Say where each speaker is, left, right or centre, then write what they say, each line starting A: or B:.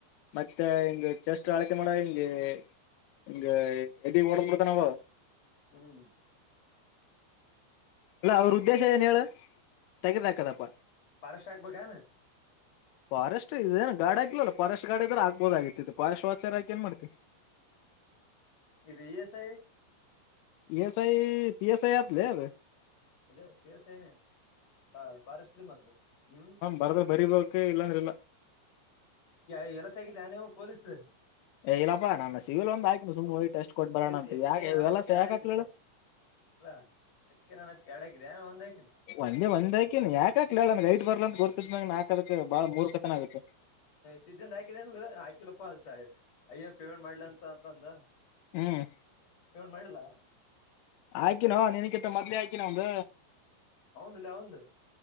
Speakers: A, on the left; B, on the left.
A: ಮತ್ತೆ ಹಿಂಗ ಜಸ್ಟ್ ಆಳತಿ ಮಾಡಗ ಹಿಂಗೆ ಹಿಂಗ ಎದಿಗ ಓಡ ಬಿಡ್ತಾನವ್
B: ಹ್ಮ್
A: ಇಲ್ಲ ಅವ್ರ ಉದ್ದೇಶ ಏನ್ ಹೇಳ ತೆಗದಾಕದಪ್ಪ
B: ಫಾರೆಸ್ಟ್ ಹಾಕ್ಬೇಕೆನ್
A: ಫಾರೆಸ್ಟ್ ಇದೇನ್ ಗಾಡ ಆಕಿಲ್ಲಲ್ಲ್ ಫಾರೆಸ್ಟ್ ಗಾಡ ಇದ್ರ ಹಾಕಬಹುದು ಆಗಿತ್ತ್ ಇದ್ ಫಾರೆಸ್ಟ್ ವಾಚರಾಕಿ ಏನ್ ಮಾಡ್ತಿ
B: ಇದ್ E S I
A: E S I P S I ಆತಲೆ ಅದ್
B: ಅದೇ ಪಿ ಎಸ್ ಏನೇ ಹ ಫಾರೆಸ್ಟಿಕಿ ಮದ್ಲ ಹ್ಮ್
A: ಬರ್ದ ಬರಿಬೇಕ ಇಲ್ಲಾಂದ್ರ ಇಲ್ಲ
B: ಈ ಎಲ್ಲಸಾಕಿದೇನ ಇವು ಪೊಲೀಸದ್
A: ಏ ಇಲ್ಲಪ್ಪ ನಾನ್ ಸಿವಲ್ ಒಂದ್ ಹಾಕಿ ಸುಮ್ಮ ಹೋಗಿ ಟೆಸ್ಟ್ ಕೊಟ್ಟು ಬರೋಣ
B: ಏಸ
A: ಅಂತ
B: ಹೆಚ್
A: ಯಾಕೆ
B: ಕೆ ನಾನ
A: ಇವೆಲ್ಲ
B: ಹೆಚಕೆ ಎಡಾಕಿದೆ
A: ಯಾಕೆ ಹಾಕ್ಲಿಲ್ಲ
B: ಅಲ್ಲಾ ಹೆಚ್ ಕೆ ನಾನ್ ಹೆಚ್ ಕೆ ಎಡಾಕಿದೇನ್ ಒಂದೆ ಹಾಕಿದೆ
A: ಒಂದೇ ಒಂದೇ ಹಾಕಿನಿ ಯಾಕ ಯಾಕ್ಲಿಲ್ಲೇಳ್ ನನಗ್ ಹೈಟ್ ಬರ್ಲ ಅಂತ ಗೊತ್ತಿದ್ ನನಗ ನಾಕದಕ್ ಅದಕ್ ಬಾಳ ಮೂರ್ ಕತನ ಆಗತ್ತೆ
B: ಸಿದ್ಧೆಂದ ಹಾಕಿದೇಂಗ ಹಾಕಿಲಪ ಅಯ್ಯ ಪೇಮೆಂಟ್ ಮಾಡ್ಲಿ ಅಂತ ಅಂತ ಅಂದ
A: ಹ್ಮ್
B: ಪೇಮೆಂಟ್ ಮಾಡಿಲ್ಲ
A: ಆಕೀನೋ ನೀನಕಿತ್ತ ಮದ್ಲೇ ಆಕೀನೋ ಅವಂದ್
B: ಅವನ್ದಲೇ ಅವಂದ್